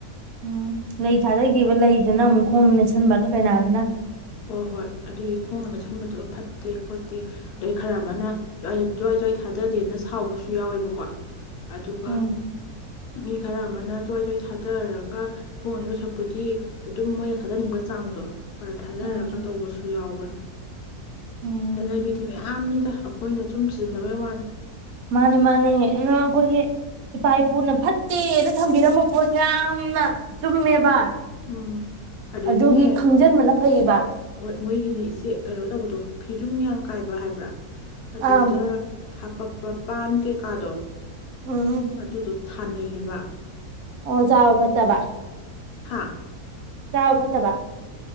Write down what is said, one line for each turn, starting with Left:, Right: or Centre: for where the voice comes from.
Right: ꯎꯝ ꯂꯩ ꯊꯥꯖꯈꯤꯕ ꯂꯩꯗꯨꯅ ꯑꯃꯨꯛ ꯈꯣꯡ ꯃꯦꯠꯁꯤꯟꯕ ꯀꯩꯅꯥꯗꯨꯅ
Left: ꯍꯣꯏ ꯍꯣꯏ ꯑꯗꯨꯒꯤ ꯈꯣꯡꯅ ꯁꯟꯕꯗꯣ ꯐꯠꯇꯦ ꯈꯣꯠꯇꯦ ꯑꯗꯩ ꯈꯔ ꯑꯃꯅ ꯖꯋꯥꯏ ꯖ꯭ꯋꯥꯏ ꯊꯥꯗꯗꯦꯅ ꯁꯥꯎꯕꯁꯨ ꯌꯥꯎꯋꯦꯕꯀꯣ ꯑꯗꯨꯒ
Right: ꯎꯝ
Left: ꯃꯤ ꯈꯔ ꯑꯃꯅ ꯁꯣꯏ ꯊꯥꯗꯔꯒ ꯈꯣꯡ ꯑꯅꯤꯔꯣ ꯁꯛꯄꯨꯗꯤ ꯑꯗꯨꯝ ꯃꯣꯏꯅ ꯊꯥꯗꯅꯤꯡꯕ ꯆꯥꯡꯗꯣ ꯊꯥꯗꯔꯒ
Right: ꯎꯝ
Left: ꯇꯧꯕꯁꯨ ꯌꯥꯎꯋꯤ
Right: ꯎꯝ
Left: ꯑꯣꯟ ꯖꯥꯏꯕꯤꯗꯤꯤ ꯃꯝꯅꯤ ꯑꯩꯈꯣꯏꯅ ꯁꯨꯝ ꯆꯤꯖꯟꯅꯗꯕꯩ ꯋꯥꯅꯤ
Right: ꯃꯥꯅꯤ ꯃꯥꯅꯦ ꯑ ꯑꯩꯈꯣꯏꯒꯤ ꯏꯄꯥ ꯏꯄꯨꯅ ꯐꯠꯇꯦꯅ ꯊꯝꯕꯤꯔꯝꯕ ꯄꯣꯠꯁꯦ ꯌꯥꯝꯅ ꯆꯨꯝꯃꯦꯕ
Left: ꯎꯝ ꯑꯗꯨꯗꯒꯤꯅꯦ
Right: ꯑꯗꯨꯒꯤ ꯈꯪꯖꯟꯕꯅ ꯐꯩꯌꯦꯕ
Left: ꯍꯣꯏ ꯃꯣꯏꯒꯤꯅꯦ ꯏꯆꯦ ꯀꯩꯅꯣ ꯇꯧꯕꯗꯣ ꯐꯤꯔꯨꯡꯌꯥꯡ ꯀꯥꯏꯕ ꯍꯥꯏꯕ꯭ꯔꯥ ꯑꯗꯨꯗ
Right: ꯑꯥ
Left: ꯍꯥ ꯄꯛꯄ ꯄꯥꯟ ꯀꯩꯀꯥꯗꯣ
Right: ꯎꯝ
Left: ꯑꯗꯨ ꯑꯗꯨ ꯑꯗꯨ ꯊꯥꯅꯩꯕ
Right: ꯑꯣ ꯆꯥꯕ ꯐꯠꯇꯕ
Left: ꯍꯥꯥ
Right: ꯆꯥꯕ ꯐꯠꯇꯕ